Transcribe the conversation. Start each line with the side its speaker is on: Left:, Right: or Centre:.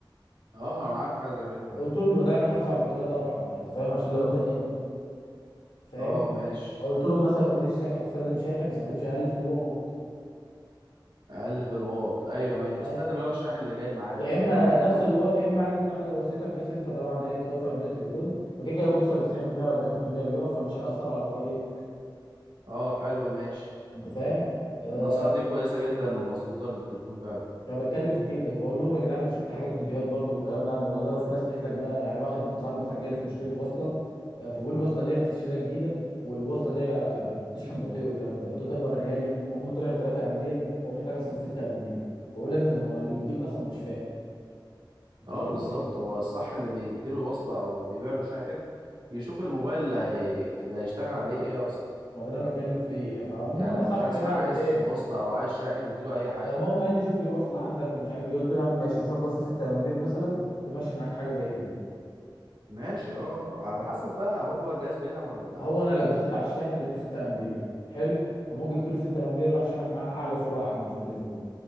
Right: اه انا عارف حاجه زي كده فاهم
Left: قلت لهم يبقى ده يحافظ على البطاريه طبعا يعني انت فاهم عشان لو انت نمت فاهم
Right: اه ماشي
Left: قلت لهم مثلا ما تجيش شاحن تستخدم شاحن ما تستخدمش اقل في الواط
Right: اقل في الواط ايوه ماشي
Left: آه،
Right: استخدم اللي هو الشاحن اللي جاي معاه
Left: يا
Right: زي
Left: اما
Right: او زي
Left: نفس
Right: ما مكتوب
Left: الواط يا
Right: كده
Left: اما اعلى منه حاجه بسيطه بحيث انت طبعا ايه توفق ما بين التليفون وكده كده هو بيوصل ل 90% ولا 80% بيقف فمش هيأثر على بطاريتك
Right: اه حلو ماشي
Left: انت فاهم آه،
Right: النصيحه دي كويسه جدا ومظبوطه للتليفون فعلا
Left: انا بتكلم في كده بقول لهم يا جدعان انا شفت حاجات فيديوهات برضو والكلام ده عن الموضوع ده وفي ناس قالت لك بقى يعني واحد صاحبي مثلا جالي في مشكله وصله آه، فبيقول لي الوصله دي انا لسه شاريها جديده والوصله دي يا- بتشحن بطيء والكلام ده قلت له طب وريها لي وهم طلعت 3 امبير وهو محتاج اصلا 6 امبير فبقول له يا ابني طب ما هو اللي مديك اصلا مش فاهم انت
Right: اه
Left: فاهم
Right: بالظبط
Left: الفكره
Right: هو الصح اللي بيديله وصله او بيبيع له شاحن يشوف الموبايل اللي, هي... اللي هيشتغل عليه ايه اصلا
Left: ما ده اللي انا بتكلم فيه فعموما
Right: يعني
Left: نصحته
Right: مفيش حاجه اسمها
Left: يعني
Right: عايز
Left: بايه
Right: وصله او عايز شاحن يديله اي حاجه
Left: المهم قال لي شوف لي وصله عندك ومش عارف ايه قلت له يا عم ماشي اشوف لك وصله 6 امبير مثلا تمشي معاك حاجه زي كده
Right: ماشي اه على حسب بقى هو الجهاز بيدعم ولا ما بيدعمش
Left: هو انا اللي بصيت على الشاحن لقيته 6 امبير حلو فموجي جبت له 6 امبير راح شاحن معاه اعلى سرعه عنده في التليفون